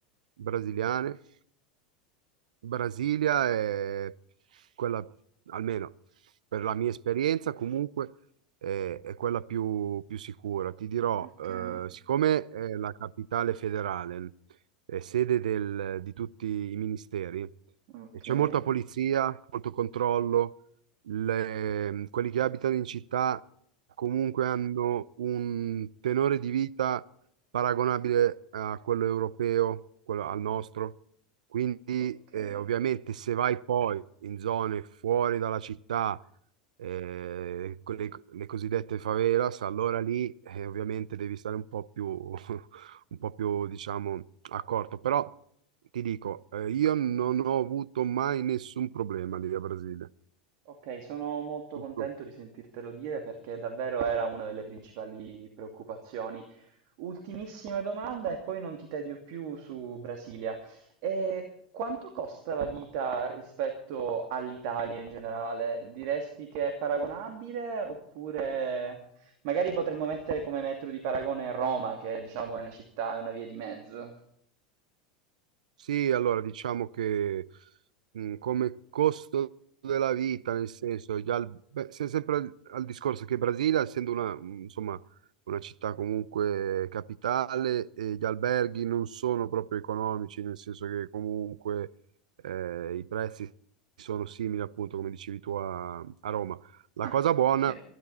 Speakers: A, on the right (about 75°); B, on the right (about 60°).
A: brasiliane Brasilia è quella, almeno per la mia esperienza, comunque è, è quella più, più sicura. Ti dirò,
B: Okay,
A: eh, siccome è la capitale federale, è sede del- di tutti i ministeri,
B: okay,
A: e c'è molta polizia, molto controllo, le- quelli che abitano in città comunque hanno un tenore di vita paragonabile a quello europeo, quello al nostro. Quindi,
B: okay.
A: eh, ovviamente, se vai poi in zone fuori dalla città, eh, con le, le cosiddette favelas, allora lì, eh, ovviamente, devi stare un po' più, <laughs> un po' più, diciamo, accorto. Però ti dico, eh, io non ho avuto mai nessun problema lì a Brasile.
B: Ok, sono molto
A: Tutto
B: contento di sentirtelo dire perché davvero era una delle principali preoccupazioni. Ultimissima domanda e poi non ti tedio più su Brasilia. E quanto costa la vita rispetto all'Italia in generale? Diresti che è paragonabile oppure magari potremmo mettere come metro di paragone Roma, che diciamo è una città, è una via di mezzo.
A: Sì, allora diciamo che mh, come costo della vita, nel senso, gli al- beh, se- sempre al, al discorso che Brasilia, essendo una, mh, insomma, una città comunque capitale, e gli alberghi non sono proprio economici, nel senso che comunque eh, i prezzi sono simili, appunto, come dicevi tu a, a Roma. La
B: Ah,
A: cosa buona
B: ok.